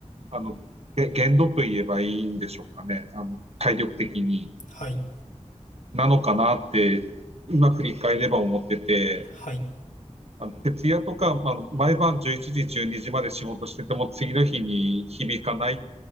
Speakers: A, on the right; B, on the left.
A: あの、限度と言えばいいんでしょうかね。あの体力的に。
B: はい
A: なのかなって、今振り返れば思ってて、
B: はい
A: あの徹夜とか、まあ、毎晩11時、12時まで仕事してても、次の日に響かないっ